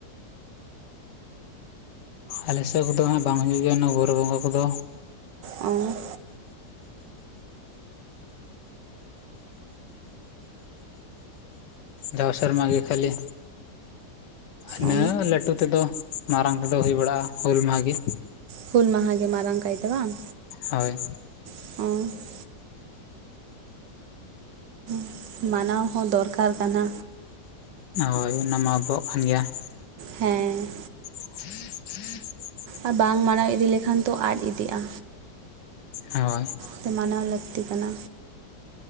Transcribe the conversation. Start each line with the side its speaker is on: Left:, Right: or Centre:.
Left: ᱟᱞᱮ ᱥᱮᱫ ᱠᱚᱫᱚ ᱦᱟᱸᱜ ᱵᱟᱝ ᱦᱩᱭᱩᱜ ᱜᱮᱭᱟ ᱚᱱᱟ ᱵᱩᱨᱩ ᱵᱚᱸᱜᱟ ᱠᱚᱫᱚ᱾
Right: ᱚ
Left: ᱡᱟᱣ ᱥᱮᱨᱢᱟ ᱜᱮ ᱠᱷᱟᱹᱞᱤ ᱤᱱᱟ
Right: ᱚ
Left: ᱞᱟᱹᱴᱩ ᱛᱮᱫᱚ ᱢᱟᱨᱟᱝ ᱛᱮᱫᱚ ᱦᱩᱭ ᱵᱟᱲᱟᱜᱼᱟ ᱦᱩᱞ ᱢᱟᱦᱟ ᱜᱮ᱾
Right: ᱦᱩᱞ ᱢᱟᱦᱟ ᱜᱮ ᱢᱟᱨᱟᱝ ᱠᱟᱭᱛᱮ ᱵᱟᱝ᱾
Left: ᱦᱳᱭ
Right: <inaudible> <inaudible> ᱢᱟᱱᱟᱣ ᱦᱚᱸ ᱫᱚᱨᱠᱟᱨ ᱠᱟᱱᱟ᱾
Left: ᱦᱳᱭ ᱚᱱᱟᱢᱟ ᱟᱵᱚᱣᱟᱜ ᱠᱟᱱ ᱜᱮᱭᱟ ᱾
Right: ᱦᱮᱸ
Left: <inaudible>
Right: ᱟᱨ ᱵᱟᱝ ᱢᱟᱱᱟᱣ ᱤᱫᱤ ᱞᱮᱠᱷᱟᱱ ᱛᱚ ᱟᱫ ᱤᱫᱤᱜᱼᱟ
Left: ᱦᱳᱭ
Right: <unintelligible> ᱢᱟᱱᱟᱣ ᱞᱟᱹᱠᱛᱤ ᱠᱟᱱᱟ᱾